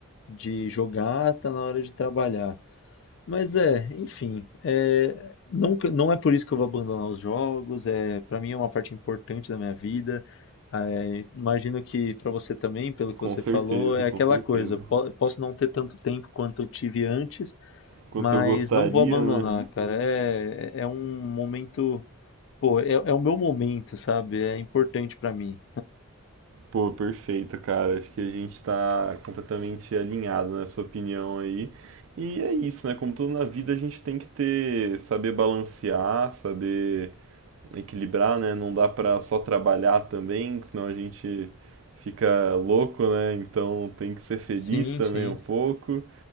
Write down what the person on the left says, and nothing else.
de jogar, tá na hora de trabalhar. Mas é, enfim, é, não, que- não é por isso que eu vou abandonar os jogos, é, para mim é uma parte importante da minha vida. É, imagino que para você também, pelo que
você
falou, é
aquela
coisa, po- posso não ter tanto tempo quanto eu tive antes,
mas
não vou abandonar,
cara. É, é é um momento, pô, é, é o meu momento, sabe? É importante para mim.
Sim,
sim.